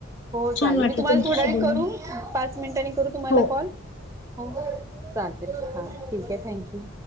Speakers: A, on the right; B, on the left.
A: हो चालेल.
B: छान वाटलं
A: मी तुम्हाला
B: तुमच्याशी
A: थोड्या वेळाने
B: बोलून
A: करू पाच मिनिटांनी करू तुम्हाला
B: हो
A: कॉल हो चालेल. हा ठीक हे थँक यू.